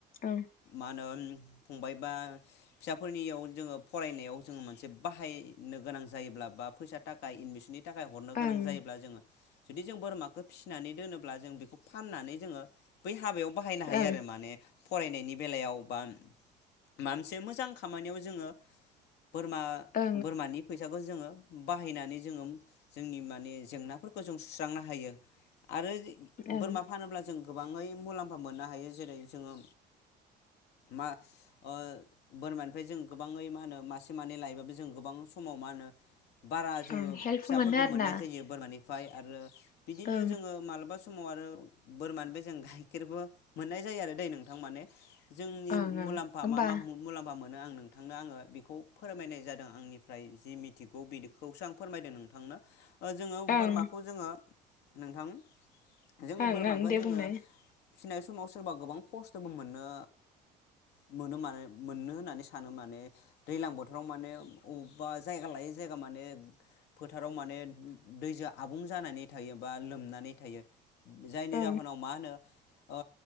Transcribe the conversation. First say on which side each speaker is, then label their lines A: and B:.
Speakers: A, on the left; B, on the left.
A: ओं
B: मा होनो फंबायबा फिसाफोरनियाव जोङो फरायनायाव जोङो मोनसे बाहायनो गोनां ज जायोब्ला बा फैसा थाखाय एडमिसननि थाखाय हरनो गोनां
A: ओं
B: जायोब्ला जोङो जुदि जों बोरमाखौ फिसिनानै दोनोब्ला जों बेखौ फाननानै जोङो बै हाबायाव बाहायनो हायो
A: ओं
B: आरो माने फनायनि बेलायाव बा मामसे मोजां खामानियाव जोङो बोरमा
A: ओं
B: बोरमानि फैसाखौ जोङो बाहायनानै जोङो जोंनि माने जेंनाफोरखौ जों सुस्रांनो हायो आरो जे
A: ओं
B: बोरमा फानोब्ला जों गोबाङै मुलाम्फा मोननो हायो जेरै जोङो मा ओ बोरमानिफ्राय जों गोबाङै मा होनो मासे मानै लायोबाबो जों गोबां समाव मा होनो बारा जोङो
A: ओं हेल्प
B: फिसाफोरखौ
A: मोनो आरो
B: मोननाय
A: ना
B: जायो बोरमानि फाइ आरो बिदिनो
A: ओं
B: जोङो मालाबा सम समाव आरो बोरमानि बे जों गाइखेरबो मोननाय जायो आरो दै नोंथां माने जोंनि
A: ओं
B: मुलाम्फा
A: ओं
B: मा
A: होमबा
B: मा मु मुलामा मोनो आं नोंथांनो आङो बेखौ फोरमायनाय जादों आंनिफ्राय जि मिथिगौ बिखौसो आं फोरमायदों नोंथांनो जोङो
A: ओं
B: बोरमाखौ जोङो नोंथां जोङो
A: ओं
B: बोरमाखौ
A: ओं दे
B: जोङो
A: बुंनाय
B: फिसिनाय समाव सोरबा गोबां खस्थ'बो मोननो मोन मोनो माने मोननो होननानै सानो माने दैज्लां बोथोराव माने वबेबा जायगा लायै जायगा माने फोथाराव माने दैजों आबुं जानानै थायो बा लोमनानै थायो। जायनि
A: ओं
B: जाहोनाव मा होनो, ओ